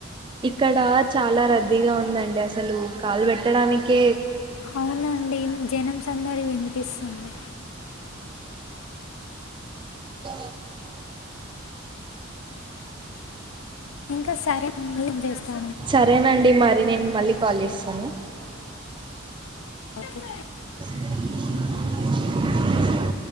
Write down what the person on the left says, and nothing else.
అవునండి జనం సందడి వినిపిస్తుంది
ఇంకా సరే మళ్ళీ చేస్తా
ఓకే